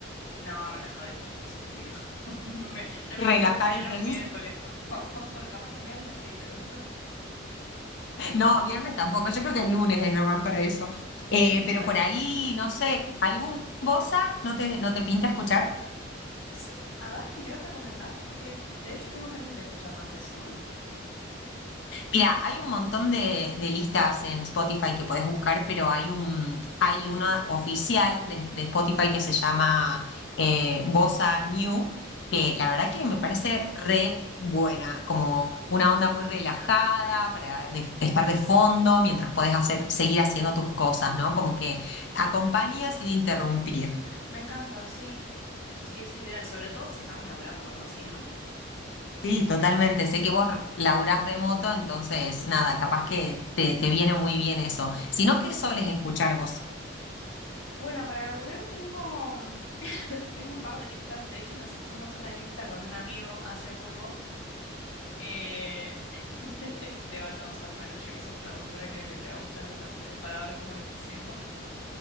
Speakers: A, on the left; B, on the left.
A: No, relajado y feliz, obvio. <laughs> No me, no me
B: Relajado
A: quiere bajoñar
B: y feliz.
A: un miércoles, por favor. <laughs> Capaz que un viernes sí, pero
B: No, viernes tampoco, yo creo que el lunes es nomás para eso. Eh,
A: <laughs>
B: pero
A: tal
B: por
A: cual.
B: ahí, no sé, ¿algún bossa no te, no te pinta escuchar?
A: Sí, a ver, ¿me querés recomendar? Porque de hecho tengo pendiente escuchar más de eso.
B: Mira, hay un montón de, de listas en Spotify que podés buscar, pero hay un, hay una oficial de, de Spotify que se llama eh, Bossa New, que la verdad que me parece re buena, como una onda muy relajada para de- estar de fondo mientras podés hacer, seguir haciendo tus cosas, ¿no? Como que acompaña sin interrumpir.
A: Me encanta, sí. Sí, es ideal, sobre todo si estamos laburando o algo así, ¿no?
B: Sí, totalmente. Sé que vos laburás remoto, entonces nada, capaz que te, te viene muy bien eso. Si no, ¿qué soles escuchar vos?
A: Bueno, para laburar tengo, mm, <laughs> tengo un par de listas. De hecho, nos hicimos una lista con un amigo hace poco. eh, <laughs> que te va a causar, bueno, ya que sos traductora, creo que te va a gustar el nombre para ver cómo le pusimos, <laughs>